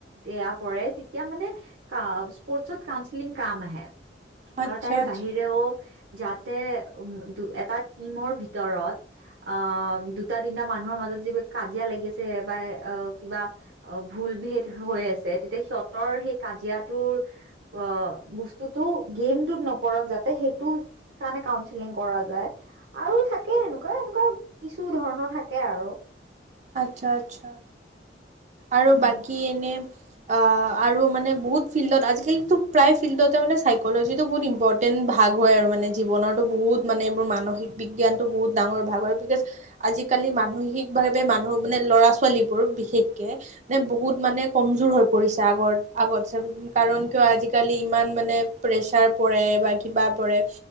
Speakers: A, on the right; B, on the right.
A: এয়া পৰে তেতিয়া মানে স্পৰ্টচত কাউনচেলিং কাম আহে
B: আচ্ছা,
A: আৰু তাৰে
B: আচ্ছা।
A: বাহিৰেও যাতে উম দু এটা টিমৰ ভিতৰত অহ দুটা তিনিটা মানুহৰ মাজত যে কাজিয়া লাগি আছে বা কিবা ভুল ভেদ হৈ আছে তেতিয়া সিহঁতৰ সেই কাজিয়াটোৰ অহ বস্তুটো গেমটোত নপৰক যাতে সেইটো কাৰণে কাউন্সি কাউন্সিলিং কৰা যায় আৰু থাকে সেনেকুৱা এনেকুৱা কিছু ধৰণৰ থাকে আৰু
B: আচ্ছা আচ্ছা আৰু
A: উম
B: বাকী এনে অহ আৰু মানে বহুত ফিল্ডত আজিকালি তো প্ৰায় ফিল্ডতে‌‌ চাইকলজিটো বহুত ইম্পৰ্টেন্ট ভাগ হয় আৰু মানে জীৱনৰ বহুত মানে মানসিক বিজ্ঞানটো বহুত ডাঙৰ ভাগ হয় বিকজ আজিকালি মানসিক ভা তে মানুহ মানে ল'ৰা- ছোৱালীবোৰ বিশেষকে, যে বহুত মানে কমজোৰ হৈ পৰিছে আগৰ‌ আগতছে, কাৰণ কিয় আজিকালি ইমান মানে প্ৰেচাৰ পৰে, বা কিবা পৰে,